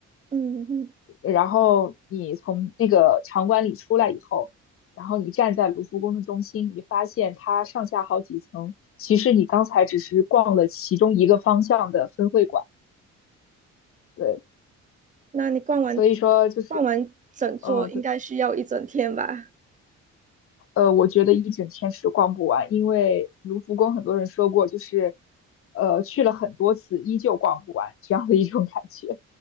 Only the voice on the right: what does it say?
嗯，嗯
那你逛完
逛完整座应该需要一整天吧？